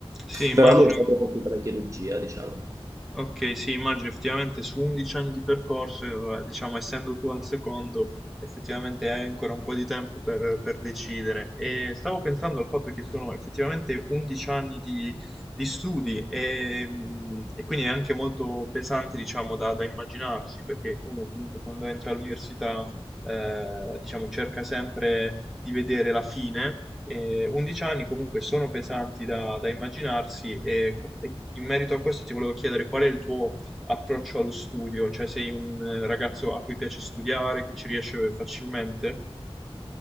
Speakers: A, in the centre; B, on the right (about 30°).
A: Sì, immagino
B: Però mi è sempre piaciuta la chirurgia, diciamo.
A: Ok, sì, immagino effettivamente su 11 anni di percorso, eh, vabbè, diciamo, essendo tu al secondo, effettivamente hai ancora un po' di tempo per, per decidere. E stavo pensando al fatto che sono effettivamente 11 anni di, di studi e, mm, e quindi è anche molto pesante, diciamo, da, da immaginarsi, perché uno comunque quando entra all'università, eh, diciamo, cerca sempre di vedere la fine eh, 11 anni comunque sono pesanti da, da immaginarsi e co- e in merito a questo ti volevo chiedere qual è il tuo approccio allo studio, cioè sei un eh, ragazzo a cui piace studiare, che ci riesce facilmente?